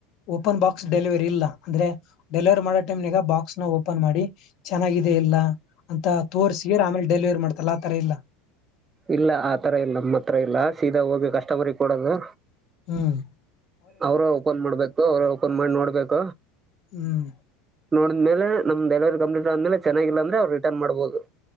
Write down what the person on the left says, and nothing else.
ಓಪನ್ ಬಾಕ್ಸ್ ಡೆಲಿವರಿ ಇಲ್ಲ ಅಂದ್ರೆ ಡೆಲಿವರಿ ಮಾಡೋ ಟೈಮ್ನಗ ಬಾಕ್ಸ್ ನ ಓಪನ್ ಮಾಡಿ ಚೆನ್ನಾಗಿದೆ ಇಲ್ಲ ಅಂತ ತೋರ್ಸ ಆಮೇಲೆ ಡೆಲಿವರಿ ಮಾಡ್ತಾರ ಆತರ ಇಲ್ಲ
ಹ್ಮ್
ಹ್ಮ್